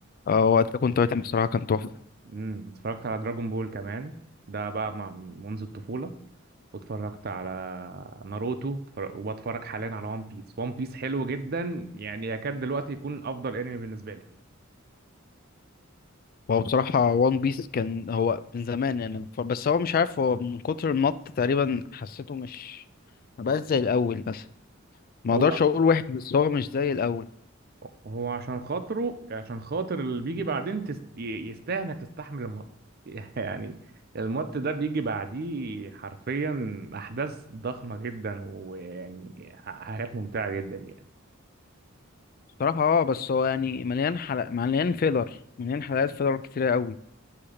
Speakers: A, on the left; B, on the right.
A: اه وقت كنت تايتن بصراحه كان تحفه
B: امم اتفرجت على دراجون بول كمان ده بقى مع منذ الطفوله واتفرجت على ناروتو اتفرج- وبتفرج حاليا على وان بيس وان بيس حلو جدا يعني يكاد دلوقتي يكون افضل انمي بالنسبه لي
A: هو بصراحه وان بيس كان هو من زمان يعني ف- بس هو مش عارف هو من كتر المط تقريبا حسيته مش ما بقاش زي الاول بس ما
B: هو
A: اقدرش اقول واحد بس هو مش زي الاول
B: وهو عشان خاطره عشان خاطر اللي بيجي بعدين تست... ي- يستاهل انك تستحمل المط <laughs> يعني المط ده بيجي بعديه حرفيا احداث ضخمه جدا ويعني ح- حاجات ممتعه جدا يعني
A: بصراحه اه بس هو يعني مليان حلقة مليان فيلر مليان حلقات فيلر كتيره قوي